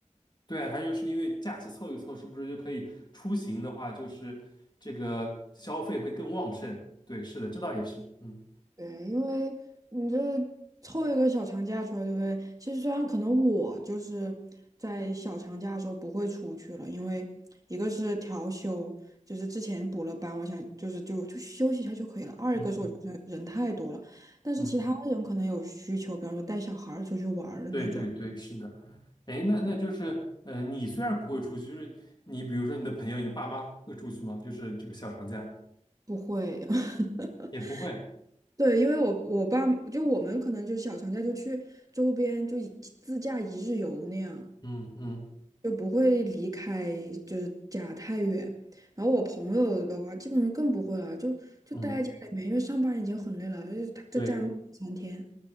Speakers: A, on the left; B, on the right.
A: 对啊，他就是因为假期凑一凑，是不是就可以出行的话，就是这个消费会更旺盛？对，是的，这倒也是。嗯
B: 对，因为你这凑一个小长假出来，对不对？其实虽然可能我就是在小长假的时候不会出去了，因为一个是调休，就是之前补了班，我想就是就就休息一下就可以了。二一个是我觉得人太多了，
A: 嗯
B: 但是其他人可能有需求，
A: 嗯，
B: 比方说带小孩儿出去玩儿的那种，
A: 对对对，是的。哎，那那就是，呃，你虽然不会出去，就是你比如说你的朋友、你的爸妈会出去吗？就是这个小长假。
B: 不会。<laughs>
A: 也不会，
B: 对，因为我我爸就我们可能就小长假就去周边就一自驾一日游那样。
A: 嗯嗯
B: 就不会离开就是家太远。然后我朋友的话，基本上更不会了，就就待在家里面，
A: 嗯，
B: 因为上班已经很累了，就是他在家三天。
A: 对